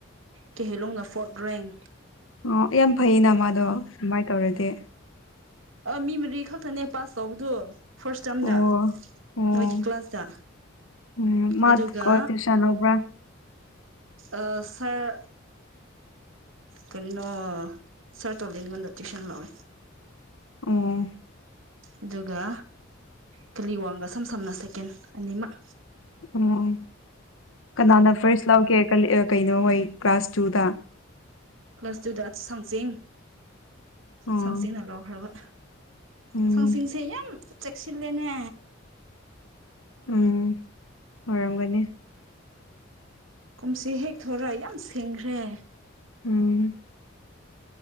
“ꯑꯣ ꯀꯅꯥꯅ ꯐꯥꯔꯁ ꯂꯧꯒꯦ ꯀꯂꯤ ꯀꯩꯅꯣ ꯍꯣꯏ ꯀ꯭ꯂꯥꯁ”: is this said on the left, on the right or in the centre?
Left